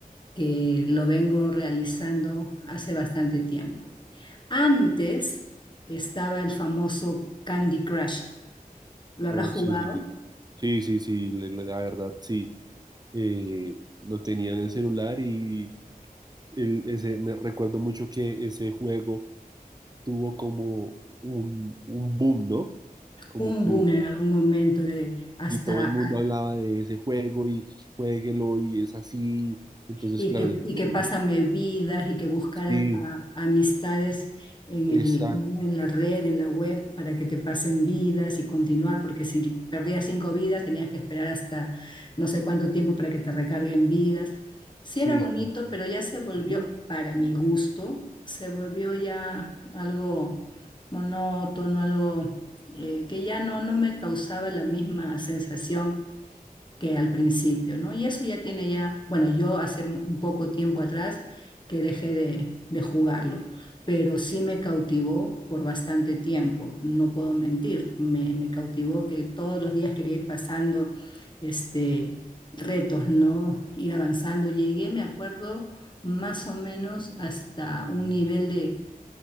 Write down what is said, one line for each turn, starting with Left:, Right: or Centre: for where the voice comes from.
Left: que lo vengo realizando hace bastante tiempo. Antes estaba el famoso Candy Crush. ¿Lo habrás
Right: Oh,
Left: jugado?
Right: sí, sí, sí. Sí, sí, sí, la la la verdad, sí. eh, lo tenían en celular y el- ese, me recuerdo mucho que ese juego tuvo como un, un boom, ¿no? Como
Left: Un
Right: que,
Left: boom en algún momento de hasta
Right: y todo el mundo hablaba de ese juego y juéguelo y es así. Entonces,
Left: y
Right: claro,
Left: que,
Right: yo-
Left: y que pásame vidas y que buscara
Right: sí,
Left: a- amistades en
Right: exacto,
Left: el, ¿no? en la red, en la web, para que te pasen vidas y continuar, porque si perdías cinco vidas tenías que esperar hasta no sé cuánto tiempo para que te recarguen vidas. Sí
Right: sí,
Left: era bonito,
Right: sí. sí.
Left: pero ya se volvió,
Right: Ujú.
Left: para mi gusto, se volvió ya algo monótono, algo eh, que ya no, no me causaba la misma sensación que al principio, ¿no? Y eso ya tiene ya, bueno, yo hace un poco tiempo atrás que dejé de, de jugarlo, pero sí me cautivó por bastante tiempo, no puedo mentir, me, me cautivó que todos los días quería ir pasando este, retos, ¿no? Ir avanzando. Llegué, me acuerdo, más o menos hasta un nivel de